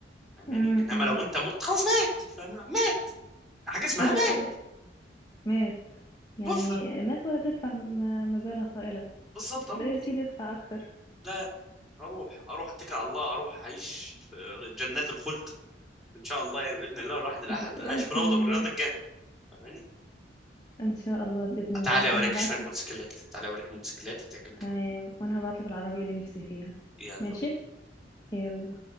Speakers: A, in the centre; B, on the left.
A: فاهماني
B: امم
A: انما
B: امم.
A: لو انت مت خلاص مات فاهمه مات حاجه اسمها
B: ايه ده
A: مات
B: إيه؟ مات يعني
A: توفى
B: مات ولا تدفع م- مبالغ طائلة
A: بالظبط اموت
B: لا يا سيدي ادفع اكتر
A: لا اروح اروح اتكل على الله اروح اعيش في جنات الخلد ان شاء الله يعني باذن الله الواحد الاحد
B: بإذن
A: اعيش في روضه
B: الله
A: من رياض الجنه فاهماني
B: إن شاء الله بإذن الله
A: تعالى
B: أنا
A: اوريك
B: هبعت
A: شويه موتوسيكلات
B: لك
A: تعالى اوريك موتوسيكلات هتعجبك
B: تمام
A: أوي.
B: وأنا هبعت لك العربية اللي نفسي فيها
A: يلا
B: ماشي
A: بينا
B: يلا